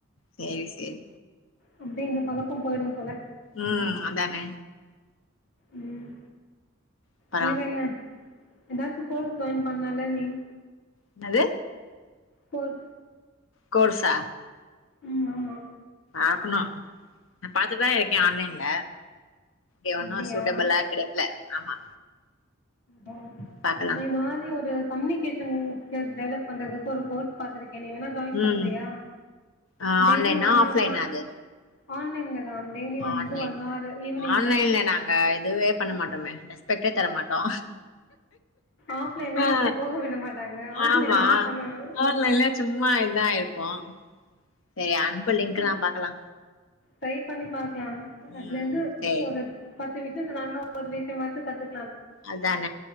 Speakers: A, on the left; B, on the left.
A: சேரி சேரி
B: அப்பிடியே இந்த பழக்கோ போயிடுபோல
A: ம் அதானே
B: ம்
A: அப்பறோ
B: வேறன்ன ஏதாச்சு கோர்ஸ் ஜாயின் பண்ணல நீ
A: இன்னது
B: போர்
A: கோர்சா
B: ம் ஆமா
A: ஆக்குணு நா பாத்துதா இருக்கே ஆன்லைன்ல ஏ ஒன்னு
B: அப்டியா
A: சூட்டபிளா கிடைக்கல ஆமா
B: ஆ
A: பாக்கலா
B: அ இந்த மாரி ஒரு கம்யூனிகேஷன் ஸ்கில்ஸ் டெவலப் பண்றதுக்கு ஒரு கோர்ஸ் பாத்துருக் கே நீ வேணா ஜாயின்
A: ம்
B: பண்றியா
A: ஆ
B: டெய்லி
A: ஆன்லைனா
B: ஒன்
A: ஆஃப்லைனா
B: ஆர் தா
A: அது
B: ஆன்லைன்ல தா டெய்லி வந்து
A: ஆன்லைன்
B: ஒன் ஹவர் ஈவினிங்ல
A: ஆன்லைன்ல நாங்க இதுவே பண்ண மாட்டமே <unintelligible> ட்டோ
B: ஆஃப்லைன்ல
A: ஆ
B: நம்மள போக விட மாட்டாங்க ஆன்லைன்ல
A: ஆமா
B: தா பண்ணணு
A: ஆன்லைன்ல சும்மா இதா இருப் பா சேரி அனுப்பு லிங்க நா பாக்கலா
B: டை பண்ணி பா கிலா அதுலருந்து
A: ம் சேரி
B: ஒரு பத் சி விஷ்ஸ வாங்கனோ ஒரு <unintelligible> கத்து
A: அதன